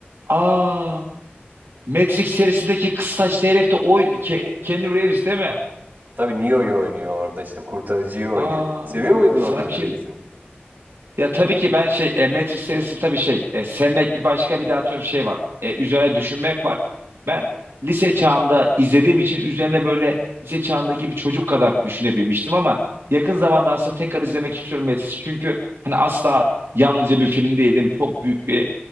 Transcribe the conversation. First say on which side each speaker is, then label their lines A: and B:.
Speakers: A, on the right; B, on the right.
A: aa Matrix serisindeki kıs saçlı herif de o Ke- Keanu Reeves değil mi?
B: Tabii Neo'yu oynuyor orada işte kurtarıcıyı oynuyor.
A: Aa
B: Seviyor muydun
A: sana
B: o film
A: bir
B: serisini?
A: şey diyeyim. Ya tabii ki ben şey e, Matrix serisi tabii şey e, sevmek bir başka bir de atıyorum şey var. E, üzerine düşünmek var. Ben lise çağımda izlediğim için üzerine böyle lise çağındaki bir çocuk kadar düşünebilmiştim ama yakın zamanda aslında tekrar izlemek istiyorum Matrix çünkü hani asla yalnızca bir film değil değil mi? Çok büyük bir